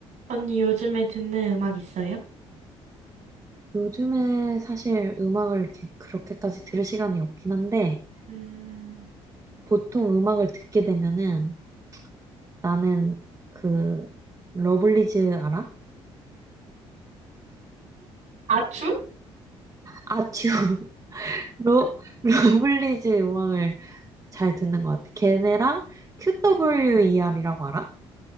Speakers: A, on the right; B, on the right.
A: 언니 요즘에 듣는 음악 있어요?
B: 요즘에 사실 음악을 이렇게 그렇게까지 들을 시간이 없긴 한데,
A: 음,
B: 보통 음악을 듣게 되면은 나는 그, 러블리즈 알아?
A: 아추?
B: 아츄. <laughs> 러, 러블리즈 음악을 잘 듣는 것 같아. 걔네랑 QWER이라고 알아?